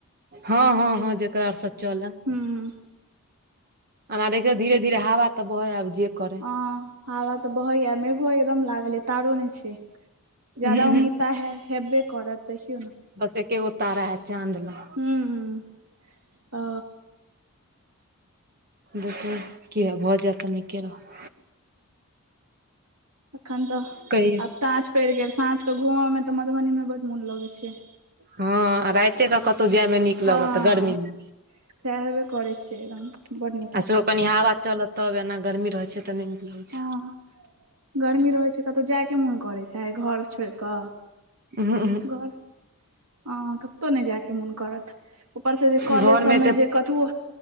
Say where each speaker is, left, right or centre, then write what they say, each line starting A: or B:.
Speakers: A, on the right; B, on the right.
A: हँ हँ हँ जेकरा आरसँ चलल।
B: हूं।
A: अना देखियौ धीर-धीरे हावा तऽ बहय आब जे कर
B: हँ हावा तऽ बहय या मेघो एकदम लागल अय तारो नै छै ज्यादा
A: उहूं उहूं
B: उम्मीद तऽ आइ है हेब्बे करत देखियौ न।
A: बस एक्केगो तारा है चाँद लग।
B: हूं, हूं अ।
A: देखू, किये भऽ जायत त निके रहत।
B: अखन तऽ
A: कहियौ
B: आब साँझ पड़ि गेल, साँझ क घूमऽ में तऽ मधुबनी में बड्ड मोन लगय छै।
A: हँ, आ राइते के कतहु जायमें निक।
B: हँ
A: लगत गर्मी में
B: सएह हेबे करै छै एकदम बड नीक
A: आ
B: लागै
A: सेहो कनि
B: छै
A: हावा चलत। तब एना गर्मी रहय छै तऽ नइ निक लगय
B: हँ
A: छै।
B: गर्मी रहैत छै कतहु जायके मोन करैत छै, घर छोड़ि कऽ।
A: उहूं, ऊहूं।
B: हं, कतहु नहि जायके मोन करत। उपर से जे कॉलेज
A: घरमे
B: सभ में
A: तऽ
B: जे कथुउ,